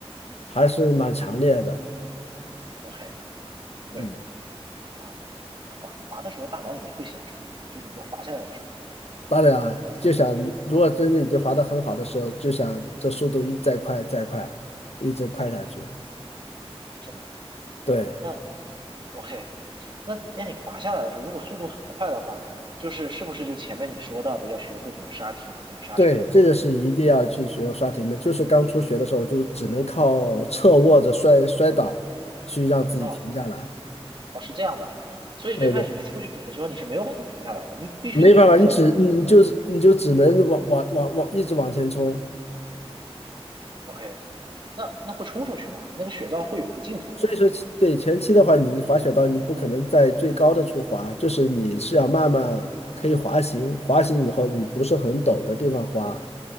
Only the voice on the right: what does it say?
OK，
对啊，你滑滑的时候大脑里面会想什么？就是你在滑下来的时候，
是吗？
那 OK，那那你滑下来的时候，如果速度很快的话，就是是不是就前面你说到的要学会怎么刹停、怎么刹车？
哦。哦，是这样的，所以最开始是初学者的时候，
你是没有办法停下来的，你必须得通过摔倒。
OK，那那会冲出去吗？那个雪道会有一个尽头吧？